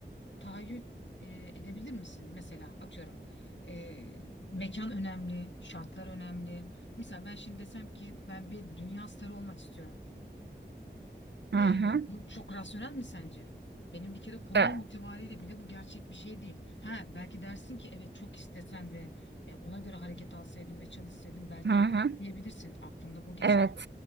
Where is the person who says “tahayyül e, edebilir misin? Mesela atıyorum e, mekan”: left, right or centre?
Left